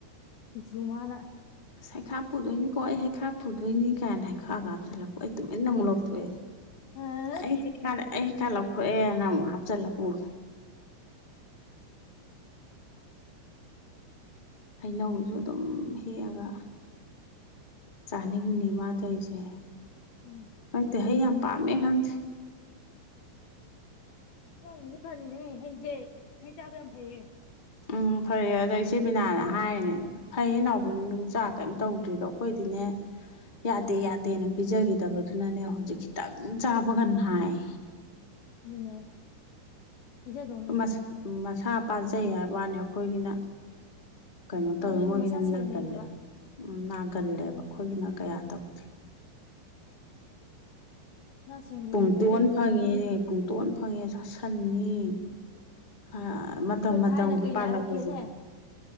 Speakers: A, on the left; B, on the left.
A: ꯄꯤꯛꯇ꯭ꯔꯨꯃꯅ꯫
B: ꯑꯁ ꯁꯩꯈꯥ ꯄꯨꯗꯣꯏꯅꯤꯀꯣ ꯑꯩ ꯁꯩꯈꯥ ꯄꯨꯗꯣꯏꯅꯤ ꯀꯥꯏꯅ ꯍꯩꯈꯥꯉꯛ ꯍꯥꯞꯆꯤꯜꯂ ꯑꯩ ꯇꯨꯃꯤꯟꯅ ꯑꯃꯨꯛ ꯂꯧꯊꯣꯛꯑꯦ
A: ꯑꯥ
B: ꯑꯩ ꯍꯩꯈꯥꯅꯦ - ꯑꯩ ꯍꯩꯈꯥꯅꯦ ꯂꯧꯊꯣꯛꯑꯦꯅ ꯑꯃꯨꯛ ꯍꯥꯞꯆꯜꯂꯝ꯫ ꯎ꯫ ꯍꯩꯅꯧꯁꯨ ꯑꯗꯨꯝ ꯍꯦꯛꯑꯒ ꯆꯥꯅꯤꯡꯅꯤ ꯃꯥꯟꯇꯩꯔꯤꯁꯦ꯫
A: ꯎꯝ
B: ꯈꯪꯗꯦ ꯍꯩꯌꯥꯝ꯫ ꯄꯥꯝꯃꯦ ꯈꯪꯗꯦ꯫
A: ꯋꯥꯡꯅꯗꯤ ꯐꯅꯤꯅꯦ ꯍꯩꯖꯦ ꯍꯩ ꯆꯥꯕ ꯌꯥꯝ ꯐꯩꯌꯦ꯫
B: ꯎꯝ ꯐꯔꯦ ꯑꯗꯣ ꯏꯆꯦ ꯕꯤꯅꯥꯅ ꯍꯥꯏꯅꯦ ꯐꯩꯌꯦ ꯅꯥꯎꯕꯤꯅ ꯅꯪ ꯆꯥꯛ ꯀꯩꯝ ꯇꯧꯗ꯭ꯔꯤꯗꯣ ꯑꯩꯈꯣꯏꯗꯤꯅꯦ ꯌꯥꯗꯦ ꯌꯥꯗꯦꯅ ꯄꯤꯖꯈꯤꯗꯕꯗꯨꯅꯅꯦ ꯍꯧꯖꯤꯛ ꯈꯤꯇꯪ ꯆꯥꯕꯒ ꯅꯥꯏ꯫
A: ꯑꯗꯨꯅꯦ꯫ ꯄꯤꯖꯗꯧꯅꯦ
B: ꯎ ꯃꯥ ꯃꯁꯥ ꯄꯥꯖꯩ ꯍꯥꯏꯕ꯫ ꯋꯥꯅꯦ ꯑꯩꯈꯣꯏꯒꯤꯅ꯫ ꯀꯩꯅꯣ ꯇꯧꯋꯦ
A: ꯑꯗꯨꯅꯦ
B: ꯃꯣꯏꯒꯤꯅ
A: ꯃꯁꯥ ꯁꯦꯡꯗꯣꯏꯅꯦꯕ
B: ꯅꯥꯒꯜꯂꯦ ꯎꯝ ꯅꯥꯒꯜꯂꯦꯕ ꯑꯩꯈꯣꯏꯒꯤꯅ꯫ ꯀꯌꯥ ꯇꯧꯗꯦ꯫
A: ꯃꯁꯥ ꯁꯦꯡꯗꯣꯏꯅꯦꯕ
B: ꯄꯨꯡꯇꯣꯟ
A: ꯍꯩ
B: ꯐꯪꯉꯦꯅꯦ ꯄꯨꯡꯇꯣꯟ ꯐꯪꯉꯦ꯫ ꯆꯥꯁꯟꯅꯤ ꯍꯥ꯫ ꯃꯇꯝ
A: ꯑꯩꯈꯣꯏ
B: ꯃꯇꯝꯒꯤ
A: ꯊꯥꯏꯅ ꯀꯩ
B: ꯄꯥꯜꯂꯛꯄꯁꯦ
A: ꯅꯥꯔꯛꯀꯦꯅꯦ꯫